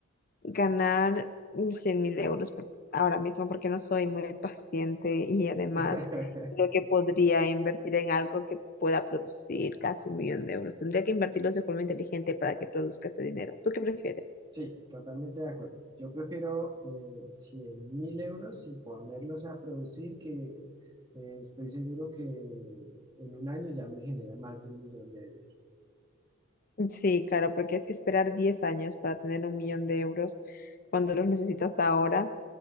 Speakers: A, on the left; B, on the right.
A: ganar cien mil euros por- ahora mismo porque no soy muy paciente y además
B: <laughs>
A: creo que podría invertir en algo que pueda producir casi un millón de euros. Tendría que invertirlos de forma inteligente para que produzca ese dinero. ¿Tú qué prefieres?
B: Sí, totalmente de acuerdo. Yo prefiero eh, 100 mil euros y ponerlos a producir que eh, estoy seguro que en un año ya me genera más de un millón de euros.
A: Sí, claro, porque es que esperar 10 años para tener un millón de euros cuando los necesitas ahora,